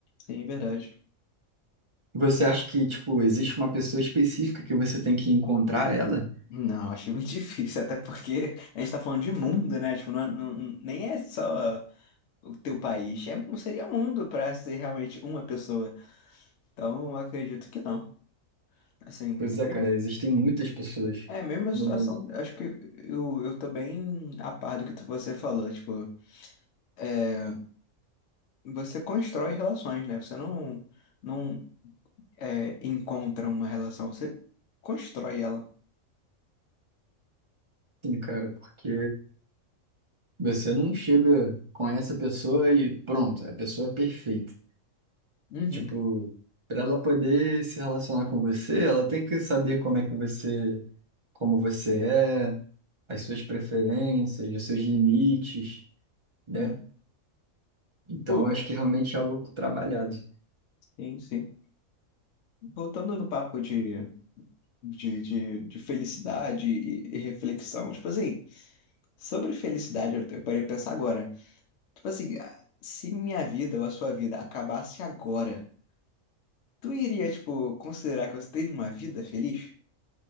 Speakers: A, on the left; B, on the right.
A: Sim, verdade.
B: Você acha que, tipo, existe uma pessoa específica que você tem que encontrar ela?
A: Não, acho muito <laughs> difícil, até porque a gente tá falando de mundo, né? Tipo, não, é, não- nem é só. o teu país. É, não seria mundo para ser realmente uma pessoa. Então, eu acredito que não. Assim,
B: Pois
A: é
B: é,
A: mesmo-
B: cara, existem muitas pessoas
A: é a mesma situação.
B: no mundo.
A: Acho que eu, eu tô bem a par do que tu- você falou. Tipo, é, você constrói relações, né? Você não, não é, encontra uma relação, você constrói ela.
B: Sim, cara, porque você não chega com essa pessoa e pronto, a pessoa é perfeita.
A: Uhum.
B: Tipo, para ela poder se relacionar com você, ela tem que saber como é que você, como você é, as suas preferências, os seus limites, né?
A: Sim,
B: Então,
A: Pô,
B: eu acho que realmente é algo trabalhado.
A: sim. sim. Voltando no papo de, de, de, de felicidade e, e reflexão. Tipo assim, sobre felicidade, eu parei de pensar agora. Tipo assim, ah, se minha vida ou a sua vida acabasse agora, tu iria, tipo, considerar que você teve uma vida feliz?